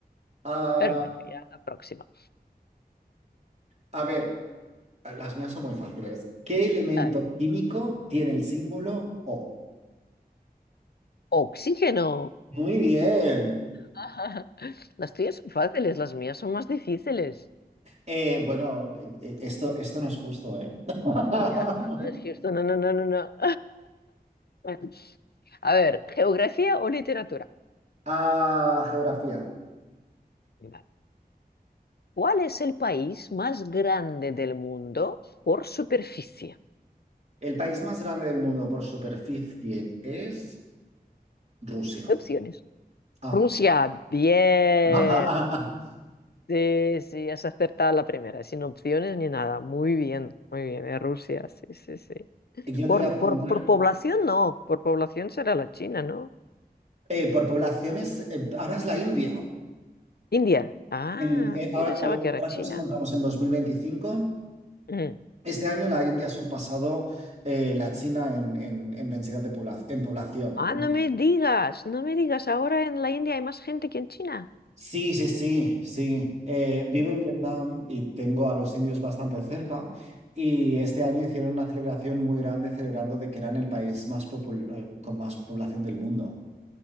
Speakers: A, on the right; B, on the left.
A: Ah,
B: Pero bueno, ya la próxima.
A: a ver, las mías son muy fáciles. ¿Qué elemento
B: A ver,
A: químico tiene el símbolo O?
B: Oxígeno.
A: Muy bien.
B: <laughs> Las tuyas son fáciles, las mías son más difíciles.
A: Eh, bueno, eh, eh, esto, esto no es justo, ¿eh? <laughs>
B: Ya, no, no es cierto. No, no, no, no, no. Bueno, A ver, geografía o literatura.
A: Ah, geografía.
B: Vale. ¿Cuál es el país más grande del mundo por superficie?
A: El país más grande del mundo por superficie es Rusia.
B: Opciones.
A: Ah.
B: Rusia, bien.
A: <laughs>
B: Sí, sí, has acertado la primera, sin opciones ni nada. Muy bien, muy bien. Es Rusia, sí, sí, sí.
A: Yo
B: Por,
A: te voy a preguntar,
B: por, por población no, por población será la China, ¿no?
A: eh, por poblaciones, eh, ahora es la India.
B: India. Ah,
A: En- eh,
B: yo
A: ahora,
B: pensaba
A: o-
B: que era
A: ahora
B: China.
A: que nos encontramos en 2025,
B: Mm.
A: este año la India ha sorpasado eh, la China en, en- en densidad de población, en población.
B: Ah,
A: ¿no?
B: no me digas, no me digas, ahora en la India hay más gente que en China.
A: Sí, sí, sí, sí. sí. Eh, vivo
B: Mm.
A: en Vietnam y tengo a los indios bastante cerca y este año hicieron una celebración muy grande celebrando de que eran el país más popul- eh, con más población del mundo.